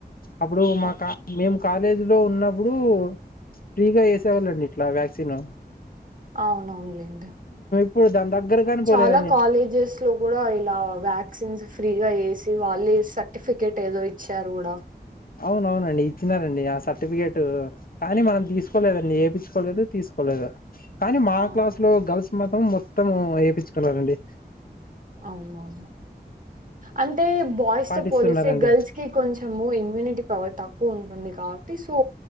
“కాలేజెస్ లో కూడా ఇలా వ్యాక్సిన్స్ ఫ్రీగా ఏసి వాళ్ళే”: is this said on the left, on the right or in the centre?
Right